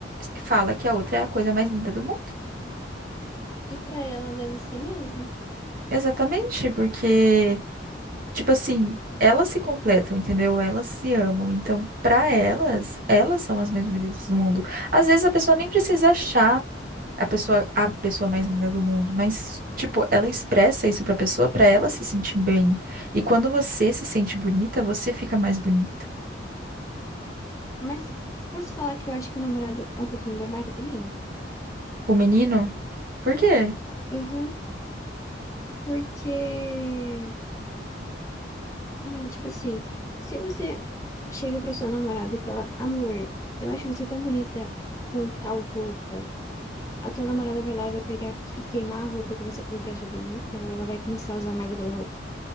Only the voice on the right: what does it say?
fala que a outra é a coisa mais linda do mundo.
Exatamente, porque, tipo assim, elas se completam, entendeu? Elas se amam. Então, pra elas, elas são as mais bonitas do mundo. Às vezes a pessoa nem precisa achar a pessoa a pessoa mais linda do mundo, mas tipo, ela expressa isso pra pessoa pra ela se sentir bem. E quando você se sente bonita, você fica mais bonita.
O menino, por quê?